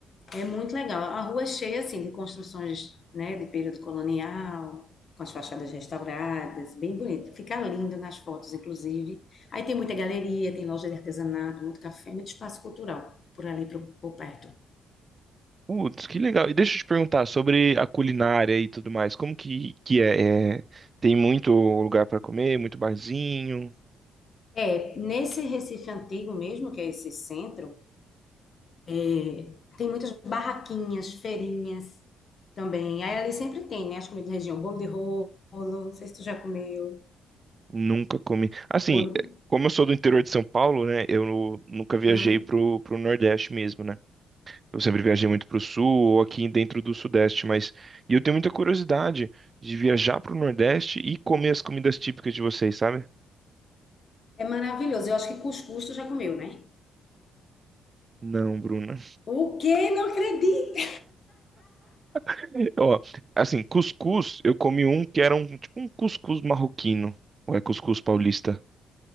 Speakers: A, on the left; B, on the right.
A: É muito legal. A rua é cheia assim de construções, né, de período colonial, com as fachadas restauradas, bem bonito. Fica lindo nas fotos, inclusive. Aí tem muita galeria, tem loja de artesanato, muito café, muito espaço cultural por ali pro- por perto.
B: Putz, que legal. E deixa eu te perguntar sobre a culinária e tudo mais. Como que, que é? É, Tem muito lugar pra comer, muito barzinho.
A: É, nesse Recife antigo mesmo, que é esse centro, é, tem muitas barraquinhas, feirinhas também. Aí ali sempre tem, né, as comidas da região, bolo de rolo, não sei se tu já comeu.
B: Nunca comi. Assim,
A: Bolo...
B: eh, como eu sou do interior de São Paulo, né? Eu nu- nunca viajei
A: Aham.
B: pro, pro Nordeste mesmo, né? Eu sempre viajei muito pro Sul ou aqui dentro do Sudeste, mas... E eu tenho muita curiosidade de viajar pro Nordeste e comer as comidas típicas de vocês, sabe?
A: É maravilhoso. Eu acho que cuscuz tu já comeu, né?
B: Não, Bruna.
A: O quê? Não acredito!
B: <laughs> Ó, assim, cuscuz, eu comi um que era um tipo um cuscuz marroquino. Ou é cuscuz paulista?